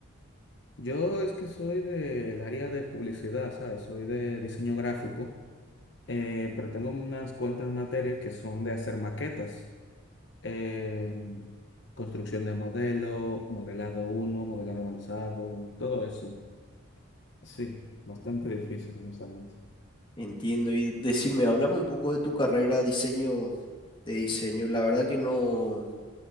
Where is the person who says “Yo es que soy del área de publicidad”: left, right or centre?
Left